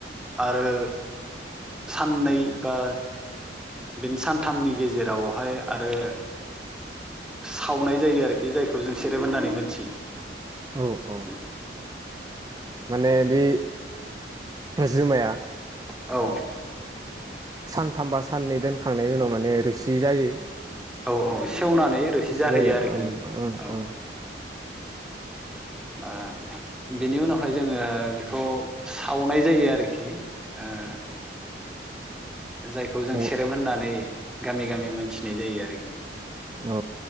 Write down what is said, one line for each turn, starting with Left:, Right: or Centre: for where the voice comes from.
Centre: आरो साननै बा बेनि सानथामनि गेजेरावहाय आरो सावनाय जायो आरोखि जायखौ खौ जों सेरेब होननानै मोनथियो
Right: औ औ माने बे जुमाया
Centre: औ
Right: सानथामबा साननै दोनखांनायनि उनाव माने रोसि जायो
Centre: औ औ सेवनानै रोसि जाहोयो
Right: जायो
Centre: आरोखि
Right: ओं ओं
Centre: औ ओ बिनि उनावहाय जोङो बेखौ सावनाय जायो आरोखि ओ <inaudible> ओ जायखौ जों
Right: ओं
Centre: सेरेब होननानै गामि गामि मोनथिनाय जायो आरोखि
Right: औ